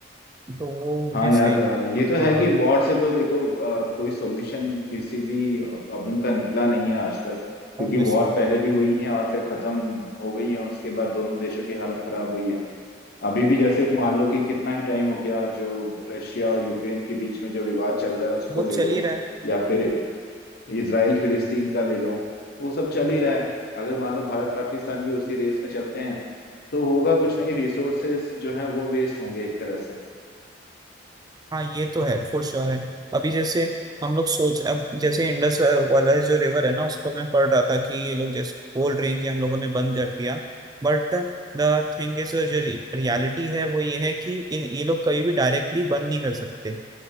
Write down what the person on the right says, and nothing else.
तो वो
मुझे
सही
हाँ
ऑब्वियसली
वो
चल
ही रहा है
हम्म,
हाँ ये तो है फॉर श्योर है अभी जैसे हम लोग सोच अब जैसे इंडस वाला जो रिवर है ना उसको मैं पढ़ रहा था कि ये लोग जैसे कोल्ड ड्रिंक हम लोगों ने बंद कर दिया बट द थिंग इज जो रियलिटी है वो ये है कि ये ये लोग कभी भी डायरेक्टली बंद नहीं कर सकते